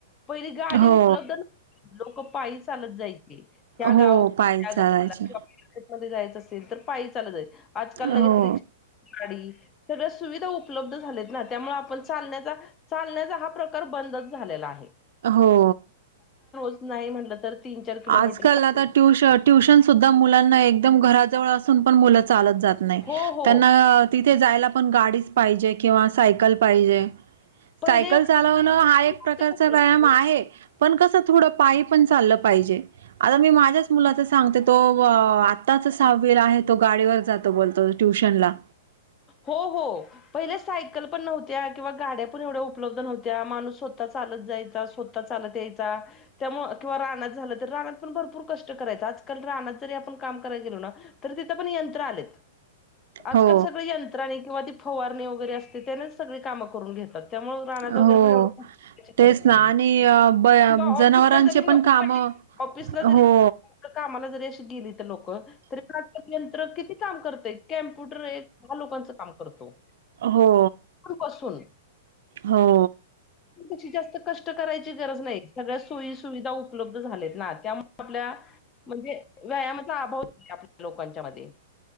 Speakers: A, on the left (about 20°); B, on the right (about 70°).
A: पहिली गाडी
B: हो.
A: उपलब्ध लोक पायी चालत जायचे. ह्या
B: हो
A: गाव
B: पायी चालायचे.
A: गावाला. मध्ये जायचं असेल तर पायी चालत जा आहेल आजकाल
B: हो.
A: लगेच रिक्षा गाडी. सगळ्या सुविधा उपलब्ध झाल्यात ना त्यामुळे आपण चालण्याचा. चालण्याचा हा प्रकार बंदच झालेला आहे.
B: हो.
A: च नाही म्हटलं तर. तीन चार किलोमीटर
B: आजकाल
A: चाल
B: आता ट्यूशन. ट्युशन सुद्धा मुलांना एकदम घराजवळ असून पण मुलं चालत जात नाही
A: हो हो
B: त्यांना. तिथे जायला पण गाडीच पाहिजे किंवा सायकल पाहिजे
A: पहिले
B: सायकल
A: एवढे
B: ला. हा एक प्रकारचा
A: उपलब्ध
B: व्यायाम आहे पण कस थोड पाय पण चाललं पाहिजे. आता मी माझ्याच मुलाच. सांगते तो आत्ताच सहावीला आहे तो गाडीवर जातो बोलतो ट्युशन ला.
A: हो हो. पहिले सायकल पण नव्हत्या किंवा गाड्या पण एवढ्या उपलब्ध नव्हत्या माणूस स्वतः चालत जायचा. चालत यायचा. त्यामु किंवा राना झालं तरी राना पण भरपूर कष्ट करायचं आजकाल रानात जरी आपण काम कराला गेलो ना. तर तिथं पण यंत्र आलेत. आजकाल
B: हो
A: सगळ यंत्राणी किंवा ती फवारणी वगैरे असते त्यानेच सगळी कामं करून घेतात. त्यामुळे राणा
B: हो
A: वगरे पण एवढं खुप.
B: तेच
A: नाहीे
B: ना आणि अ, ब
A: किवा
B: जनावरांचे
A: ऑफिसला जरी नको
B: पण काम
A: पडे ऑफिसला जरी.
B: हो
A: कामाला जरी अशी गेली तर लोक तरी आजकाल यंत्र किती काम करतय कम्प्युटर एक. लोकांच काम करतो.
B: हो.
A: बसून.
B: हो.
A: कशी जास्त कष्ट करायची गरज नाही सगळ्या. सुख सुविधा उपलब्ध झाले त ना त्यामुळे आपल्या म्हणजे व्यायामाचा अभाव लोकांच्या मध्ये.